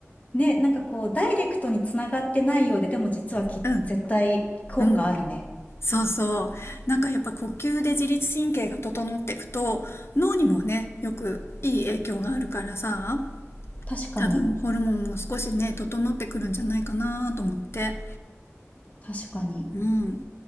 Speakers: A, on the left; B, on the left.
A: ね、なんかこう、ダイレクトにつながってないようで、でも実はき、
B: う
A: 絶対効果あるね。
B: ん、うん、そうそう。なんかやっぱ呼吸で自律神経が整っていくと、脳にもね、よくいい影響があるからさ、
A: 確かに、
B: 多分ホルモンも少しね、整ってくるんじゃないかなと思って。
A: 確かに。
B: うん、